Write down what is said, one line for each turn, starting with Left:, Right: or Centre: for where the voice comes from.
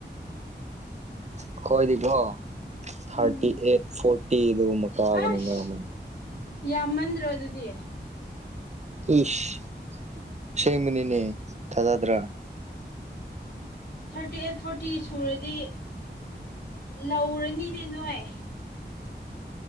Right: ꯑꯈꯣꯏꯗꯤꯀꯣ ꯊꯥꯔꯇꯤ
Left: ꯎꯝ
Right: ꯑꯦꯠ ꯐꯣꯔꯇꯤ ꯗꯨꯒꯨꯝꯕ ꯀꯥꯕꯅꯤ
Left: ꯑꯁ
Right: <unintelligible>
Left: ꯌꯥꯝꯃꯟꯗ꯭ꯔꯣ ꯑꯗꯨꯗꯤ
Right: ꯏꯁ ꯑꯁꯦꯡꯕꯅꯤꯅꯦ ꯊꯥꯖꯗ꯭ꯔ
Left: ꯊꯥꯔꯇꯤ ꯑꯦꯠ ꯐꯣꯔꯇꯤ ꯁꯨꯔꯗꯤ ꯂꯧꯔꯅꯤꯅꯦ ꯅꯣꯏ